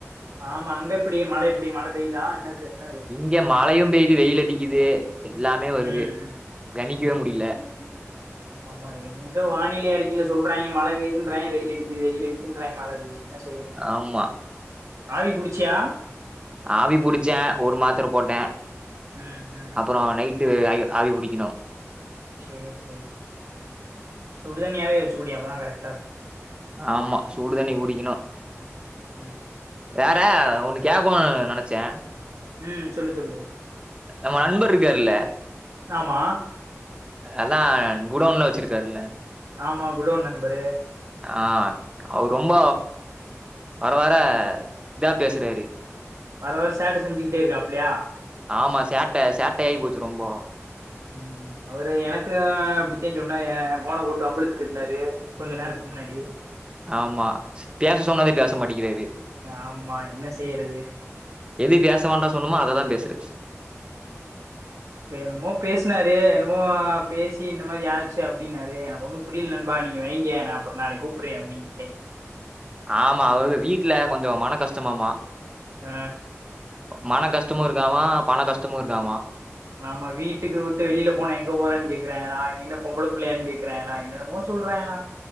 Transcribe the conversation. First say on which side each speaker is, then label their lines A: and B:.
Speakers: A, on the right; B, on the right.
A: ஆமா அங்க எப்டி மழ எப்படி மழ பெய்தா என்ன என்னது
B: இங்க மழையு பெயுது வெயில் அடிக்குது எல்லாமே வருது
A: ம் ம்
B: கணிக்கவே
A: ம்
B: முடியல
A: ஆமா எங்க வானிலை அறிக்கையில சொல்றாங்க மழ வேய்துன்றாயங்க வெயில் அடிக்குது வெயில் அடி க்கின்றாய மழ வெய்து என்ன செய்ய
B: ஆமா
A: ஆவி புடிச்சியா
B: ஆவி புடிச்சே ஒரு மாத்திர போட்டே
A: ம் ம்
B: அப்றோ நைட் ட்டு ஆ ஆவி புடிக்கணு
A: சேரி சேரி சுடுதனியாவே வச்சுக்குடி அப்பதா கரெக்டா இருக்கு
B: ஆமா சூடு தண்ணி குடிக்கணு
A: ம்
B: வேற ஒன்னு கேக்கோ நெனச்சே
A: ம் சொல்லு சொல்லு
B: நம்ம நண்பர் இருக்காருல்ல
A: ஆமா
B: அதா குடவுன்ல்லா வச்சிருக்காருல
A: ஆமா குடோன் நண்பரு
B: ஆ அவர் ரொம்ப வர வர இதா பேசுறாரு
A: வர வர சேட்ட செஞ்சுகிட்டே இருக்காப்பலியா அப்டியா
B: ஆமா சேட்டை சேட்டை ஆகி போச்சு ரொம்ப
A: உ அவரு எனக்கு அப்படித்தேன்னு சொன்னா என் போன போட்டு வம்பலத்துக்கு இருந்தாரு கொஞ்சோ நேரத்துக்கு முன்னாடி
B: ஆமா பேச சொன்னதே பேச மாட்டேக்காது
A: ஆமா என்ன செய்யறது
B: எது பேச வேண்டா சொன்னுமோ அதைதா பேசுற
A: என்னமோ பேசுனாரு என்னமோ பேசி இந்த மாதிரி யா அப்படின்னாரு எனக்கு ஒன்னுபுரியல நண்பா நீங்க வைங்க நா அப்றோ நாளைக்கு கூப்பிறே அப்படின்னு
B: ஆமா அவருக்கு வீட்டுல கொஞ்சோ மன கஷ்டமாமமா
A: ஆ
B: மன கஷ்டமு இருக்காமா பண கஷ்டமு இருக்காமா
A: ஆமா வீட்டுக்கு விட்டு வெளில போன எங்க போறேு கேக்குறே நீ என்ன பொம்பளை புள்ளையானு கேக்கு இருக்கேங்களா என்னடமோ சொல்றேங்களலா